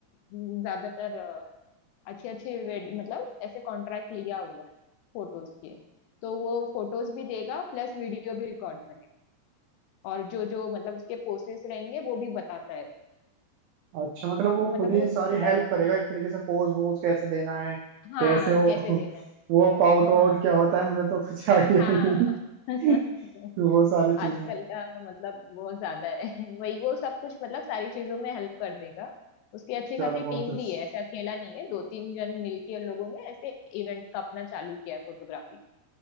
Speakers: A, on the left; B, on the right.
A: ज्यादातर अच्छे अच्छे मतलब ऐसे कॉन्ट्रैक्ट लिया हुआ है फोटोज के तो वो फोटोज भी देगा प्लस वीडियो भी रिकॉर्ड करेगा और जो जो मतलब उसके पोसेस रहेंगे वो भी बताता है
B: अच्छा मतलब वो
A: तो मतलब
B: खुद ही
A: वो थोड़ा
B: सारी हेल्प
A: उसमें
B: करेगा एक तरीके से पोज वोज कैसे देना है
A: हाँ
B: कैसे वो
A: कैसे देना
B: <laughs> वो पाउट
A: है
B: वाउट
A: हाँ
B: क्या होता है मुझे तो कुछ <laughs> आइडिया
A: हाँ
B: भी नहीं
A: <laughs>
B: <laughs> तो वो सारी चीजें
A: आजकल का मतलब बहुत ज्यादा है <laughs> वही वो सब कुछ मतलब सारी चीजों में हेल्प कर देगा उसकी अच्छी
B: चलो
A: खासी
B: बहुत
A: टीम
B: अच्छी
A: भी है ऐसे अकेला नहीं है दो तीन जन मिलके उन लोगों ने ऐसे इवेंट का अपना चालू किया है फोटोग्राफी